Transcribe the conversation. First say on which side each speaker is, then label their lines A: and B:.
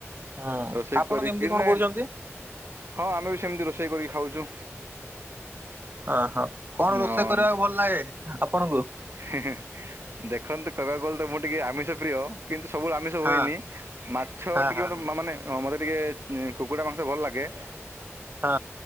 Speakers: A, on the right; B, on the right.
A: ହୁଁ
B: ରୋଷେଇ
A: ଆପଣ
B: କରିକି
A: କେମିତି
B: ନା
A: କଣ କହୁଚନ୍ତି?
B: ହଁ ଆମେବି ସେମିତି ରୋଷେଇ କରିକି ଖାଉଚୁ।
A: ଅଁ ହୋ କଣ ରୋଷେଇ
B: ହଁ
A: କରିବାକୁ ଭଲ ଲାଗେ ଆପଣଙ୍କୁ?
B: <unintelligible> ଦେଖନ୍ତୁ କହିବାକୁ ଗଲେତ ମୁଁ ଟିକେ ଆମିଷ ପ୍ରିୟ କିନ୍ତୁ ସବୁ ଆମିଷ
A: ହଁ
B: ହୁଏନି ମାଛ
A: ହଁ
B: ଟିକେ
A: ହଁ
B: ମ
A: ହଁ।
B: ମା ମାନେ ମୋତେ ଟିକେ କୁକୁଡ଼ା ମାଂସ ଭଲ ଲାଗେ
A: ହଁ